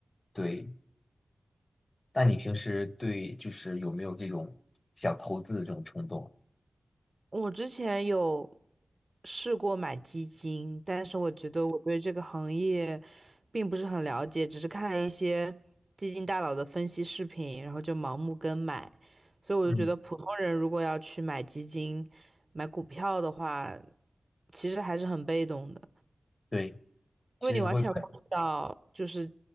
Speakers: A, on the left; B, on the right.
A: 对，那你平时对就是有没有这种想投资的这种冲动？
B: 我之前有试过买基金，但是我觉得我对这个行业并不是很了解，只是看了一些基金大佬的分析视频，然后就盲目跟买，所以我就觉得普通人如果要去买基金、
A: 嗯，
B: 买股票的话，其实还是很被动的，
A: 对，
B: 因为你完全不知道就是
A: 其实是会被